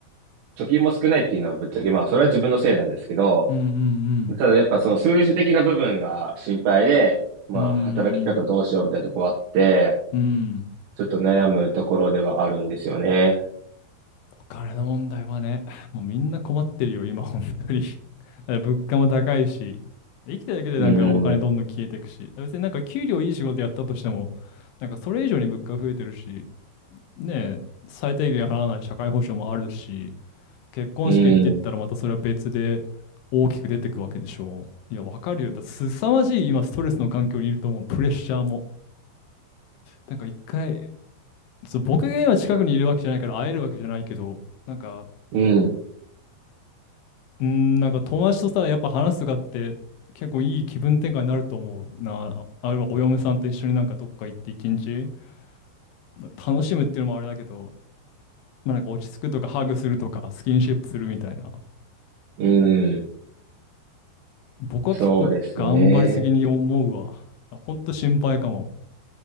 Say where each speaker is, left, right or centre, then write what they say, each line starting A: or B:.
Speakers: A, on the right (about 70°); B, on the left (about 80°).
A: 貯金も少ないっていうのはぶっちゃけ、まあ、それは自分のせいなんですけど、
B: うん、うん、
A: ただやっぱその数字的な部分が心配で、まあ、
B: うん、う
A: 働き方どうしようみたいなとこあって、
B: ん、うん、うん
A: ちょっと悩むところではあるんですよね。
B: お金の問題はね、もうみんな困ってるよ、今、本当に。<laughs> だから物価も高いし、生きてるだけでなんかお金どんどん消えていくし、
A: うん。
B: だから別になんか給料いい仕事やったとしても、なんかそれ以上に物価増えてるし、ねえ、最低限払わない社会保障もあるし、結婚式って言ったらまたそれは別で大きく出てくわけでしょう。
A: うん。
B: いや、わかるよ。だすさまじい今、ストレスの環境にいると思う、プレッシャーも。なんか一回、そう、僕が今近くにいるわけじゃないから会えるわけじゃないけど、なんか
A: うん。
B: うん、なんか友達とさ、やっぱ話すとかって結構いい気分転換になると思うな。あるいはお嫁さんと一緒になんかどっか行って一日、まあ楽しむっていうのもあれだけど、まあなんか落ち着くとかハグするとかスキンシップするみたいな。
A: うん。
B: 僕は結構頑張りすぎに思うわ。
A: そうですね。
B: ほんと心配かも。